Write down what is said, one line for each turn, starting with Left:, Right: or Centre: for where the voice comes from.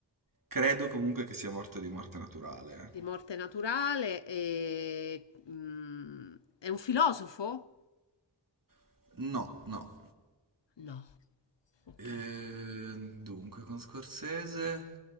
Right: credo comunque che sia morto di morte naturale.
Left: di morte naturale e, mm, è un filosofo?
Right: eh. No, no.
Left: No. Ok.
Right: Eh, dunque, con Scorsese